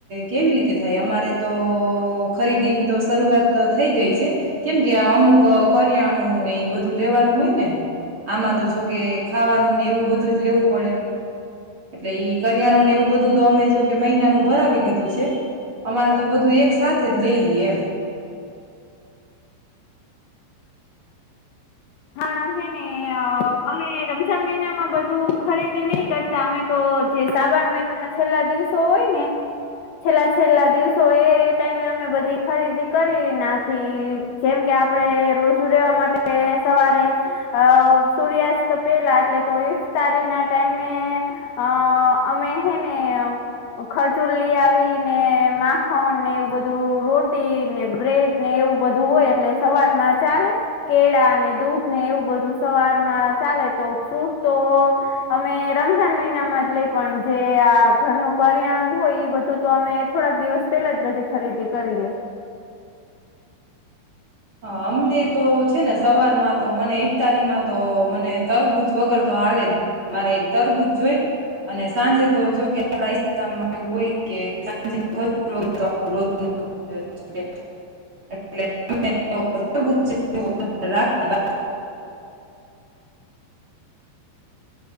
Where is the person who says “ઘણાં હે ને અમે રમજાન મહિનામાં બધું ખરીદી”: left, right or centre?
Left